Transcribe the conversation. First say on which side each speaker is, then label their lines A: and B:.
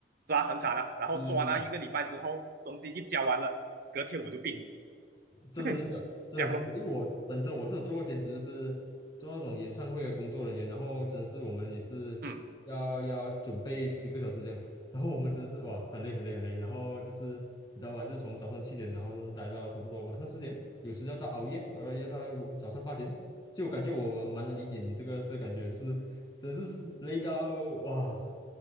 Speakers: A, on the right (about 50°); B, on the left (about 25°).
A: 是啊，很惨啊。然后做完了一个礼拜之后，
B: 是是是
A: 东西一交完了，隔天我就病
B: 真的真的真的很辛苦，
A: 了，这样咯，
B: 因为我本身我是有做过兼职，就是做那种演唱会的工作人员，然后真的是我们也是要要准备十个小时这样，
A: 嗯。
B: 然后我们真的是哇很累很累很累，然后就是你知道吗？就是从早上七点，然后待到差不多晚上十点，有时要到熬夜，熬到夜到早上八点，就我感觉我蛮蛮能理解你这个这个感觉，就是真的是累到哇，